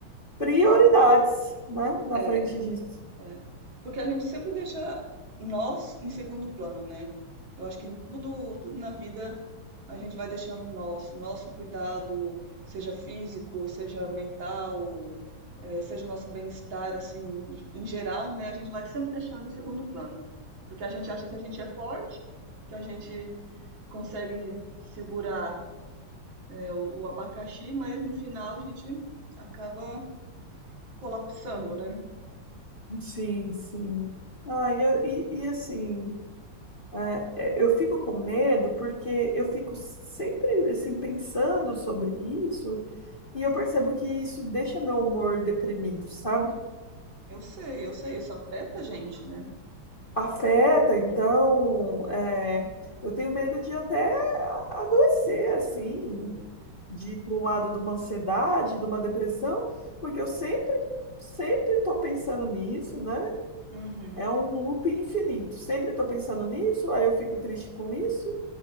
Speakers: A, on the left; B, on the right.
A: prioridades, né, na
B: é.
A: frente disso.
B: É. Porque a gente sempre deixa nós em segundo plano, né? Eu acho que em tudo, tudo na vida a gente vai deixando nós, nosso cuidado, seja físico, seja mental, eh, seja o nosso bem-estar, assim, em geral, né? A gente vai sempre deixando em segundo plano. Porque a gente acha que a gente é forte, que a gente consegue segurar, eh, o, o abacaxi, mas no final a gente acaba colapsando, né?
A: Sim, sim. Ah, e, a- e, e assim, é, é, eu fico com medo porque eu fico sempre assim pensando sobre isso e eu percebo que isso deixa meu humor deprimido, sabe?
B: Eu sei, eu sei, isso afeta a gente, né?
A: Afeta, então, é, eu tenho medo de até a- adoecer, assim, de ir para um lado de uma ansiedade, de uma depressão, porque eu sempre, sempre estou pensando nisso, né?
B: Uhum.
A: É um loop infinito. Sempre estou pensando nisso, aí eu fico triste com isso,